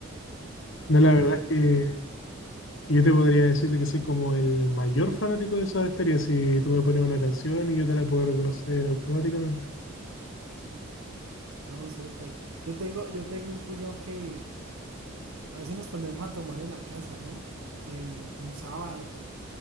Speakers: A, on the left; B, on the right.
A: No, la
B: Me parece.
A: verdad es que,
B: <laughs>
A: que yo te podría decir de que soy como el mayor fanático de Soda Stereo. Si tú me pones una canción y yo te la puedo reconocer automáticamente.
B: No, súper. Yo tengo, yo tengo un cuñado que a veces nos ponemos a tomar en la casa, ¿no? En un sábado